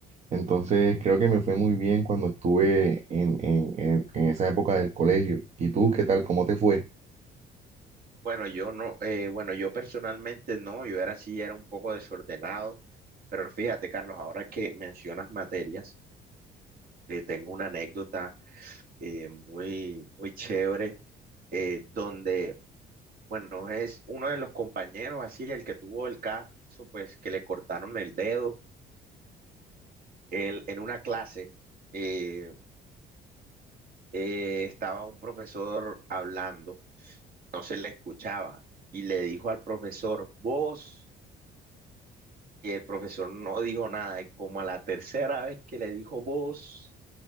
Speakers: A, on the right (about 40°); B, on the right (about 55°).
A: entonces creo que me fue muy bien cuando estuve en, en, en- en esa época del colegio. ¿Y tú qué tal? ¿Cómo te fue?
B: Bueno, yo no, eh, bueno, yo personalmente no, yo era así, era un poco desordenado, pero fíjate, Carlos, ahora que mencionas materias, eh, tengo una anécdota eh, muy, muy chévere eh, donde Bueno, es uno de los compañeros, así, el que tuvo el caso, pues que le cortaron el dedo. Él, en una clase eh, eh, estaba un profesor hablando, no se le escuchaba, y le dijo al profesor, vos, y el profesor no dijo nada, y como a la tercera vez que le dijo vos,